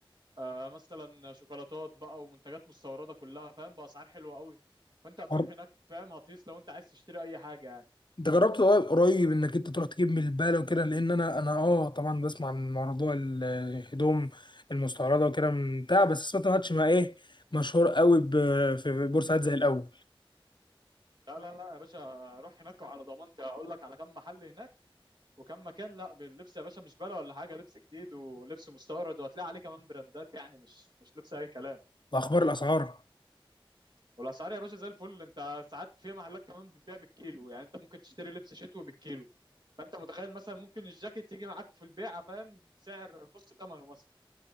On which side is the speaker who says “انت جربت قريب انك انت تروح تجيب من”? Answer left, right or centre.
Left